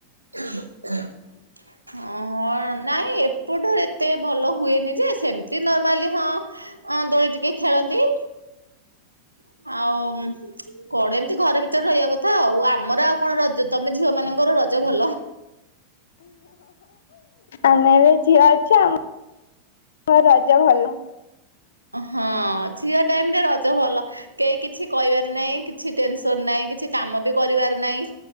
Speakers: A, on the right; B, on the left.
A: <unintelligible> ଓହଁ ନାଇଁ ଏପଟୁ ଏତେ ଭଲ ହୁଏନି ଯେ, ସେମିତି ନର୍ମାଲି ହଁ ଅଁ ଦୋଳି ଟିକେ ଖେଳନ୍ତି। ଆଉ କଣ ଏମିତି ଘର ଭିତରେ ରହିବା କଥା ଆଉ ଆମର ଆଉ କଣ ରଜ ତମେ ଝିଅ ମାନଙ୍କର ରଜ ଭଲ।
B: ଆମେ ଏବେ ଝିଅ ଅଛ ଆମ ରଜ ଭଲ।
A: ହଁ ଝିଅ ଟାଇମରେ ରଜ ଭଲ। କେହି କିଛି କହିବାର ନାହିଁ କି କିଛି ଟେନସନ୍ ନାହିଁ, କିଛି କାମ ବି କରିବାର ନାହିଁ,